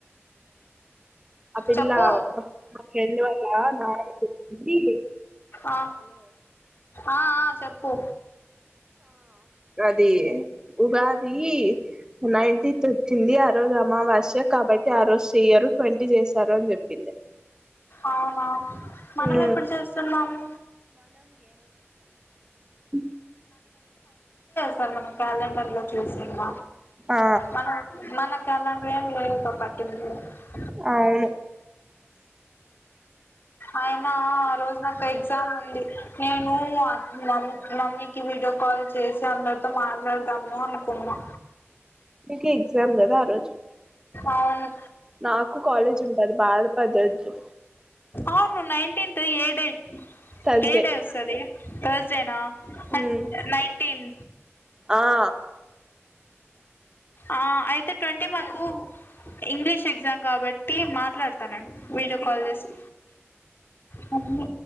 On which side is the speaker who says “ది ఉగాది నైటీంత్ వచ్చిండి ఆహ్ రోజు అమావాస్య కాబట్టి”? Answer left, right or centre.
Right